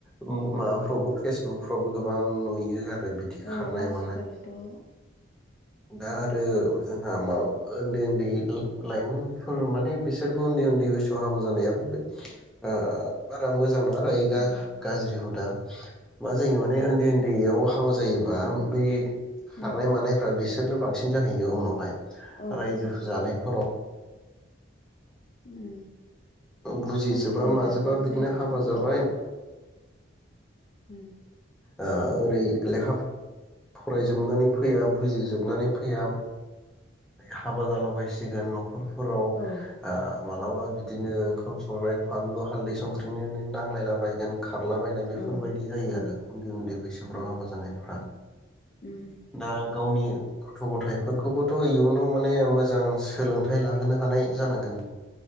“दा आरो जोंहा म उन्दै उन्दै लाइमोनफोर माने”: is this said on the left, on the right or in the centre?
Centre